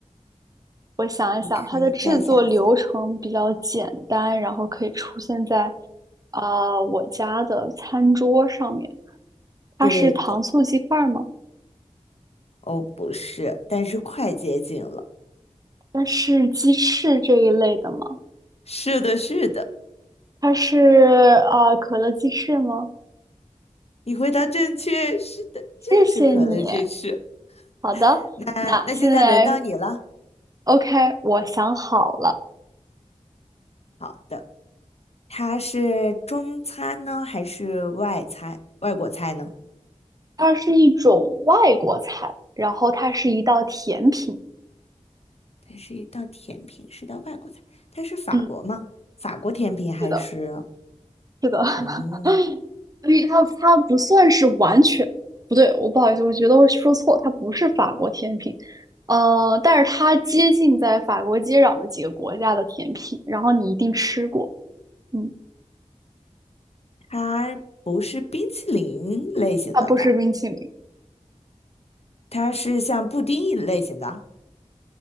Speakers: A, on the right; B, on the left.
A: 我想一想，
B: 你可以再想想。
A: 它的制作流程比较简单，然后可以出现在啊、我家的餐桌上面。它是糖醋鸡块儿吗？
B: 对的，哦，不是，但是快接近了。
A: 它是鸡翅这一类的吗？
B: 是的，是的，
A: 它是啊、呃可乐鸡翅吗？
B: 你回答正确，是的，
A: 谢谢你。
B: 就是可乐鸡翅。
A: 好的，
B: 那那现在轮到你了。
A: 那现在 OK，我想好了，
B: 好的，它是中餐呢，还是外餐，外国菜呢？
A: 它是一种外国菜，然后它是一道甜品。
B: 它是一道甜品，是道外国菜。它是法国吗？
A: 嗯，
B: 法国甜品还是？
A: 是的，是的，<laughs>
B: 哦，
A: 因为它它不算是完全不对，我不好意思，我觉得我说错，它不是法国甜品，呃，但是它接近在法国接壤的几个国家的甜品，然后你一定吃过，嗯，
B: 它不是冰淇淋类型的吧？
A: 它不是冰淇淋。
B: 它是像布丁一类型的。